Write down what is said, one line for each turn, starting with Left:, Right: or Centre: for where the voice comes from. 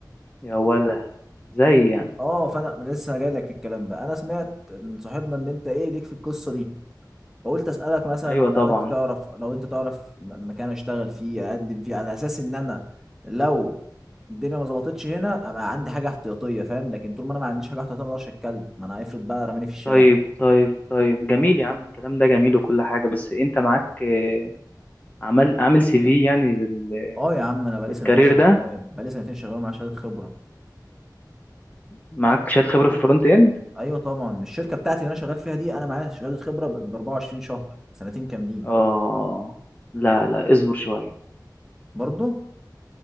Left: يا ولا زي يعني
Centre: اه فانا لسه جايلك في الكلام بقى انا سمعت من صاحبنا ان انت ايه ليك في القصه دي فقلت اسالك مثلا
Left: ايوه طبعا
Centre: لو انت تعرف لو انت تعرف م- مكان اشتغل فيه اقدم فيه على اساس ان انا لو الدنيا ما ظبطتش هنا ابقى عندي حاجه احتياطيه فاهم لكن طول ما انا ما عنديش حاجه احتياطيه ما اقدرش اتكلم ما انا هيفرض بقى رماني في الشارع
Left: طيب طيب طيب جميل يا عم الكلام ده جميل وكل حاجة بس انت معاك آه، عمل عامل سي في يعني لل-
Centre: اه يا عم انا بقالي
Left: للكارير
Centre: سنتين شغال
Left: ده
Centre: بقالي سنتين شغال مع شهاده خبره
Left: معاك شهادة خبرة في الفرونت اند
Centre: ايوه طبعا الشركه بتاعتي اللي انا شغال فيها دي انا معايا شهاده خبره ب 24 شهر سنتين كاملين
Left: اه لا لا اصبر شوية
Centre: برضه